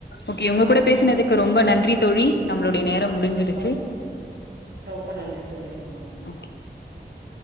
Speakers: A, on the left; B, on the right.
A: ஓகே உங்க கூட பேசினதுக்கு ரொம்ப நன்றி தோழி நம்ளுடைய நேரம் <inaudible> முடிஞ்சிடுச்சு
B: ரொம் ரொம்ப நன்றி தோழி ரொம் ப நன்றி
A: ஓகே
B: ஓகே